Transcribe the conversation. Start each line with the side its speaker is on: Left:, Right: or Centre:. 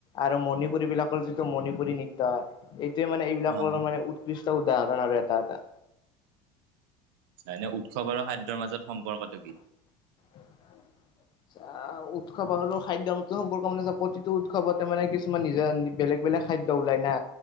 Left: আৰু মণিপুৰী বিলাকৰ যিটো মণিপুৰী নৃত্য হয় এইটোৱে মানে এইবিলাকৰ
Right: অ',
Left: মানে উৎকৃষ্ট উদাহৰণ আৰু এটা এটা
Right: হয়নে উৎসৱ আৰু খাদ্যৰ মাজত সম্পৰ্কটো কি
Left: <unintelligible> আহ উৎসৱ আৰু খাদ্য সম্পৰ্ক মানে প্ৰতিটো উৎসৱতে মানে কিছুমান নিজৰ বেলেগ বেলেগ খাদ্য ওলাই না